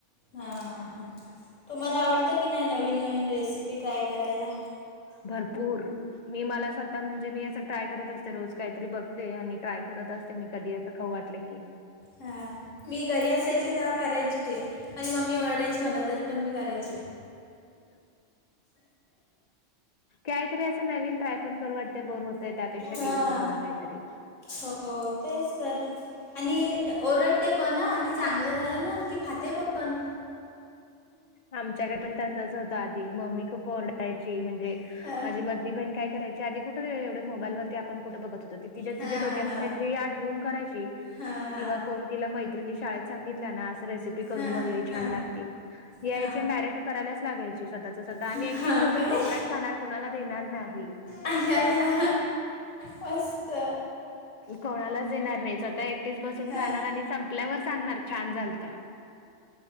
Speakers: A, on the left; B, on the left.
A: हां हां हां तुम्हाला आवडतं की नाय नवीन नवीन रेसिपी ट्राय करायला.
B: भरपूर मी मला स्वतः म्हणजे मी असं ट्राय करत असते रोज कायतरी बघ ते आणि टाय करत असते मी कधी असं खऊ वाटले की
A: हा मी घरी असायचे तेव्हा करायचे माझी मम्मी ओरडायची मला तरी पण मी करायचे
B: कायतरी असं नवीन ट्राय पण करू वाट ते बोर होतय त्यापेक्षा
A: हां
B: केलेलं बरं कायतरी
A: हो तेच तर आणि ओरडते पण ह आणि चांगलं झालं ना की खाते पण
B: आमच्याकड पण तसच होत आधी मम्मी खूप ओरडायची म्हणजे
A: हां
B: माझी मधली बहिण काय करायची आधी कुठ एवढं मोबाईलवरती आपण कुठं बघत होतो ती तिच्या
A: हां
B: तिच्या डोक्यानी
A: हां
B: कायतरी आठवून करायची
A: हां हां
B: किंवा कोण तिला मैत्रणी शाळेत सांगितला ना अस रेसिपी करून
A: हा
B: बघ लई छान
A: हा
B: लागती. यायची
A: हा
B: आणि डायरेक्ट करायलाच लागायची स्वतःच स्वतः आणि
A: हा
B: एकटीचं बसून
A: काय
B: कोपऱ्यात खाणार कुणाला देणार नाही.
A: आ या यां मस्त
B: कोणालाच देणार नाही स्वतः एकटीच बसून
A: हा
B: खाणार आणि संपल्यावर सांगणार छान झालत.